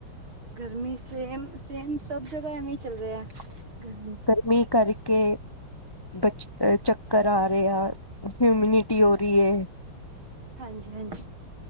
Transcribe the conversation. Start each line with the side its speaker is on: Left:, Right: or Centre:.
Right: ਗਰਮੀ ਸੇਮ-ਸੇਮ ਸਭ ਜਗ੍ਹਾ ਐਵੇਂਈ ਚੱਲ ਰਿਐ, ਗਰਮੀ
Left: ਮੀਂ ਕਰ ਕੇ ਬਚ ਚੱਕਰ ਆ ਰੇਆ, ਹਿਊਮਿਨਿਟੀ ਹੋ ਰੀਏ
Right: ਹਾਂਜੀ- ਹਾਂਜੀ।